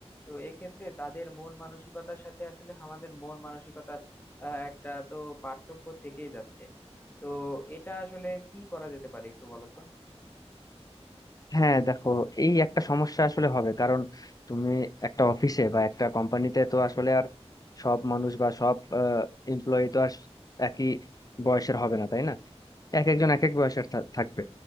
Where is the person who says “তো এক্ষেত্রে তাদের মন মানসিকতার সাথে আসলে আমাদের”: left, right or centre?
Left